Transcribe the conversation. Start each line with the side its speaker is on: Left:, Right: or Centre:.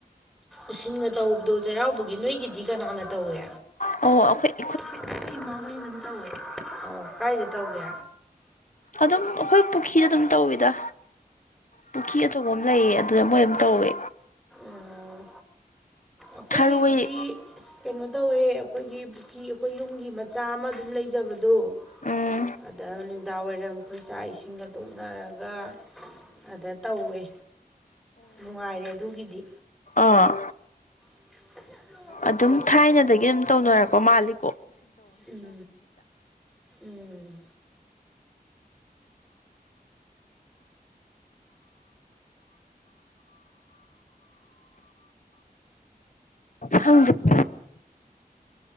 Centre: ꯎꯁꯤꯟꯒ ꯇꯧꯕꯗꯣ ꯆꯩꯔꯥꯎꯕꯒꯤ ꯅꯣꯏꯒꯤꯗꯤ ꯀꯅꯥꯅ ꯇꯧꯋꯦ
Left: ꯑꯣ ꯑꯈꯣꯏ
Centre: ꯈꯣꯏ ꯑꯈꯣꯏ ꯏꯃꯥꯒꯩꯅ ꯗꯨꯝ ꯇꯧꯋꯦ ꯀꯥꯏꯗ ꯇꯧꯒꯦ
Left: ꯑꯗꯨꯝ ꯑꯈꯣꯏ ꯄꯨꯈꯤꯗ ꯑꯗꯨꯝ ꯇꯧꯋꯤꯗ ꯄꯨꯈꯤ ꯑꯆꯧꯕ ꯑꯃꯥ ꯂꯩꯌꯦ ꯑꯗꯨꯗ ꯃꯣꯏ ꯑꯝ ꯇꯧꯋꯦ
Centre: ꯑꯥ ꯑꯈꯣꯏꯒꯤꯗꯤ_
Left: ꯊꯔꯣꯏ
Centre: _ ꯀꯩꯅꯣ ꯇꯧꯋꯦ ꯑꯩꯈꯣꯏꯒꯤ ꯄꯨꯈꯤ ꯑꯈꯣꯏ ꯌꯨꯝꯒꯤ ꯃꯆꯥ ꯑꯃ ꯑꯗꯨꯝ ꯂꯩꯖꯕꯗꯣ_ _
Left: ꯎꯝ
Centre: ꯑꯗ ꯅꯨꯡꯗꯥꯡ ꯋꯥꯏꯔꯝ ꯈꯣꯏ ꯆꯥꯛ ꯏꯁꯤꯡꯒ ꯇꯣꯛꯅꯔꯒ_ _ ꯑꯗ ꯇꯧꯋꯦ ꯅꯨꯡꯉꯥꯏꯔꯦ ꯑꯗꯨꯒꯤꯗꯤ꯫
Left: ꯑꯥ_ _
Centre: <unintelligible>
Left: ꯑꯗꯨꯝ ꯊꯥꯏꯅꯗꯒꯤ ꯑꯗꯨꯝ ꯇꯧꯅꯔꯛꯄ ꯃꯥꯜꯂꯤ꯫
Centre: ꯎꯝ ꯎꯝ꯫
Left: ꯈꯪꯗꯦ <unintelligible>